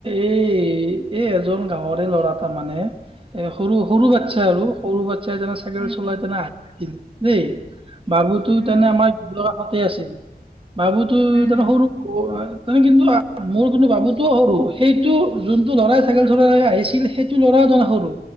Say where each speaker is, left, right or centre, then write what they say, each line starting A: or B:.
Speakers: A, on the right; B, on the right.
A: এই এই এজন গাঁৱৰে ল'ৰা তাৰমানে এহ সৰু সৰু
B: উম,
A: বাচ্ছা আৰু সৰু বাচ্ছাই জানা চাইকেল
B: উম,
A: চলাই
B: উম,
A: তেনে আছিল দেই বাবুতো
B: উম,
A: তেনে আমাৰ তাকে আছিল বাবুতো
B: উম,
A: তাৰমানে সৰু তানে কিন্তু আহ মোৰ কিন্তু বাবুটো সৰু সেইটো যোনটো ল'ৰাই চাইকেল চলাই আহিছিল সেইটো ল'ৰাটো তাৰমানে সৰু